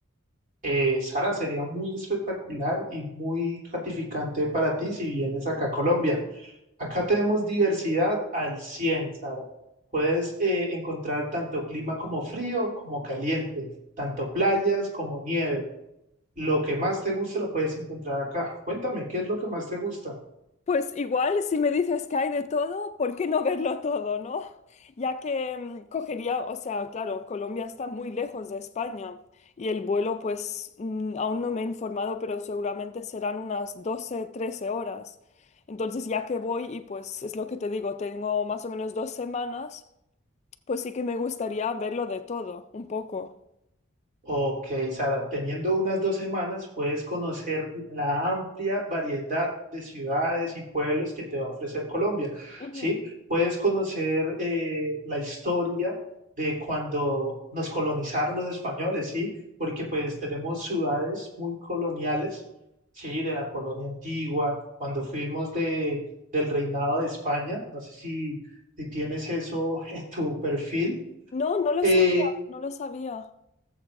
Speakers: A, on the right (about 40°); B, on the left (about 35°).
A: Eh, Sara, sería muy espectacular y muy gratificante para ti si vienes acá a Colombia. Acá tenemos diversidad al 100, Sara. Puedes eh, encontrar tanto clima como frío, como caliente, tanto playas como nieve. Lo que más te guste lo puedes encontrar acá. Cuéntame, ¿qué es lo que más te gusta?
B: Pues igual, si me dices que hay de todo, ¿por qué no verlo todo, no? Ya que mm, cogería, o sea, claro, Colombia está muy lejos de España y el vuelo, pues mm, aún no me he informado, pero seguramente serán unas 12, 13 horas. Entonces, ya que voy y pues es lo que te digo, tengo más o menos dos semanas, pues sí que me gustaría verlo de todo, un poco.
A: Ok, Sara, teniendo unas dos semanas puedes conocer la amplia variedad de ciudades y pueblos que te va a ofrecer Colombia,
B: Ujú.
A: ¿sí? Puedes conocer eh, la historia de cuando nos colonizaron los españoles, ¿sí? Porque pues tenemos ciudades muy coloniales, ¿sí? De la colonia antigua, cuando fuimos de, del reinado de España, no sé si, si tienes eso <laughs> en tu perfil.
B: No, no lo
A: Eh,
B: sabía, no lo sabía.